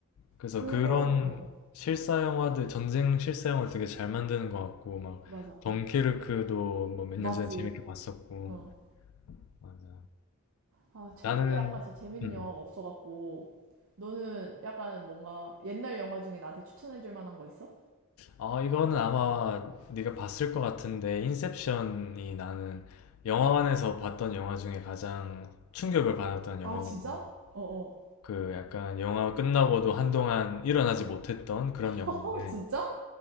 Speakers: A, on the left (about 70°); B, on the right (about 65°).
A: 그래서
B: 그거,
A: 그런
B: 어,
A: 실사 영화들, 전쟁 실사 영화를 되게 잘 만드는 것 같고, 막,
B: 맞아.
A: 덩케르크도 뭐 몇
B: 맞지.
A: 년 전에 재밌게 봤었고,
B: 어.
A: 맞아.
B: 아, 최근에
A: 나는,
B: 약간 진짜 재밌는
A: 음,
B: 영화가 없어갖고, 너는 약간 뭔가 옛날 영화 중에 나한테 추천해줄 만한 거 있어?
A: 어, 이거는 아마 네가 봤을 것 같은데, 인셉션이 나는 영화관에서 봤던 영화 중에 가장 충격을 받았던 영화거든.
B: 아, 진짜? 어, 어.
A: 그 약간 영화 끝나고도 한동안 일어나지 못했던 그런 영화인데,
B: 어, <laughs> 진짜?